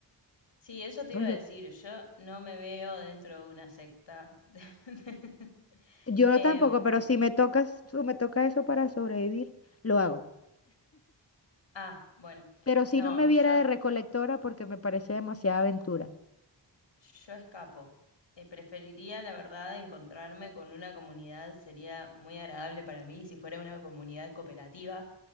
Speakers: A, on the left (about 80°); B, on the left (about 35°).
A: Sí, eso te iba
B: Oye,
A: a decir, yo no me veo dentro de una secta. <laughs>
B: yo no
A: Em,
B: tampoco, pero si me tocas, si me toca eso para sobrevivir, lo hago.
A: ah, bueno,
B: Pero si
A: no,
B: no me viera
A: yo...
B: de recolectora porque me parece demasiada aventura.
A: Yo escapo. Eh, preferiría, la verdad, encontrarme con una comunidad. Sería muy agradable para mí si fuera una comunidad cooperativa.